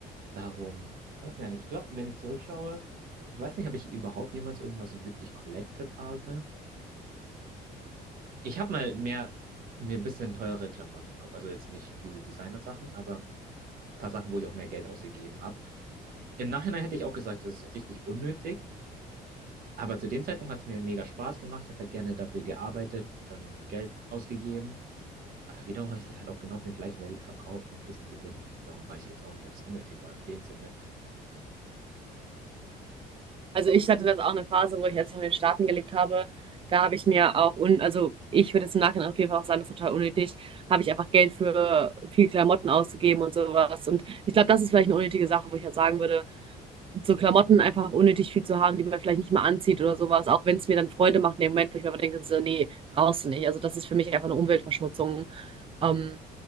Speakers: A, on the right (about 60°); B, on the right (about 30°).
A: Darum, weiß ja nicht. Ich glaube, wenn ich zurückschaue, ich weiß nicht, ob ich überhaupt jemals irgendwas so wirklich collected habe. Ich habe mal mehr, mir ein bisschen teurere Klamotten gekauft. Also jetzt nicht diese Designer-Sachen, aber ein paar Sachen, wo ich auch mehr Geld ausgegeben habe. Im Nachhinein hätte ich auch gesagt, das ist richtig unnötig. Aber zu dem Zeitpunkt hat es mir mega Spaß gemacht. Ich habe halt gerne dafür gearbeitet, dann Geld ausgegeben. Aber wiederum habe ich die halt auch genau für den gleichen Wert wieder verkauft mit ein bisschen Gewinn. Darum weiß ich jetzt auch nicht, ob es unnötig war in dem Sinne.
B: Also ich hatte das auch eine Phase, wo ich, als ich noch in den Staaten gelebt habe, da habe ich mir auch, un also ich würde jetzt im Nachhinein auf jeden Fall auch sagen, das ist total unnötig, habe ich einfach Geld für viel Klamotten ausgegeben und sowas. Und ich glaube, das ist vielleicht eine unnötige Sache, wo ich halt sagen würde, so Klamotten einfach unnötig viel zu haben, die man vielleicht nicht mal anzieht oder sowas, auch wenn es mir dann Freude macht in dem Moment, wo ich mir aber denke, so, nee, brauchst du nicht. Also das ist für mich einfach eine Umweltverschmutzung. Ähm,